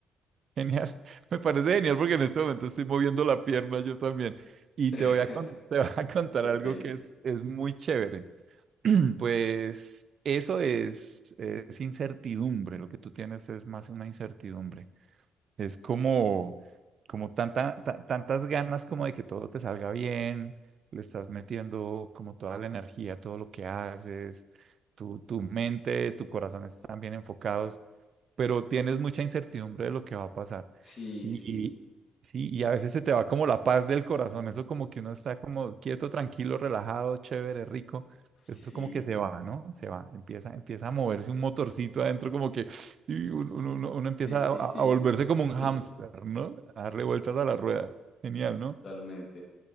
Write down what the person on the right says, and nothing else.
Genial, <laughs> me parece genial porque en este momento estoy moviendo la pierna yo también. Y
te voy a, con- <laughs> te voy a contar
algo que es, es muy chévere. <clears throat> Pues
eso es, es incertidumbre, lo que tú tienes es más una incertidumbre. Es como, como tanta, ta- tantas ganas como de que todo te salga bien, le estás metiendo como toda la energía, todo lo que haces, tu, tu mente, tu corazón están bien enfocados, pero tienes mucha incertidumbre de lo que va a pasar.
Y
sí, y a veces se te va como la paz del corazón, eso como que uno está como quieto, tranquilo, relajado, chévere, rico,
eso
como que se va, ¿no? Se va, empieza, empieza a moverse un motorcito adentro, como que y uno, uno- uno- uno empieza
a,
a volverse como un
hámster,
¿no? A darle vueltas a la rueda, genial, ¿no?